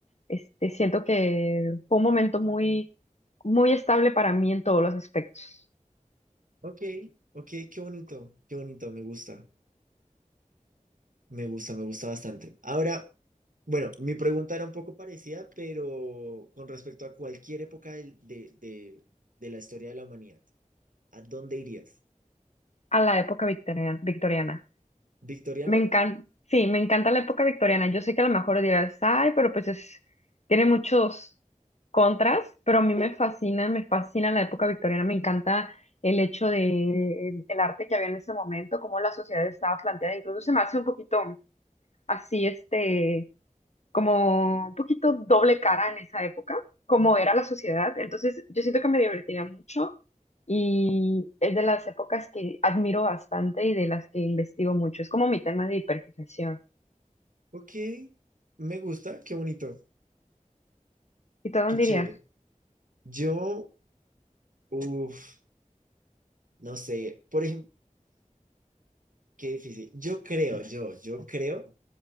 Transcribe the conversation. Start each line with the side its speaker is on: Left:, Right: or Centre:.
Left: este, siento que fue un momento muy, muy estable para mí en todos los aspectos,
Right: Ok, ok, qué bonito, qué bonito, me gusta, me gusta, me gusta bastante. Ahora, bueno, mi pregunta era un poco parecida, pero con respecto a cualquier época del- de, de, de la historia de la humanidad, ¿a dónde irías?
Left: a la época victoriana, victoriana.
Right: ¿Victoriana?
Left: Me encanta, sí, me encanta la época victoriana. Yo sé que a lo mejor dirás, ay, pero pues es, tiene muchos contras, pero a mí me fascina, me fascina la época victoriana. Me encanta el hecho de el, el arte que había en ese momento, cómo la sociedad estaba planteada. Incluso se me hace un poquito así, este, como un poquito doble cara en esa época, como era la sociedad. Entonces, yo siento que me divertiría mucho. Y es de las épocas que admiro bastante y de las que investigo mucho. Es como mi tema de hiperfijación.
Right: Ok, me gusta, qué bonito,
Left: ¿Y tú a dónde
Right: qué chévere.
Left: irías?
Right: Yo, uff, no sé, por ejemplo, qué difícil. Yo creo, yo, yo creo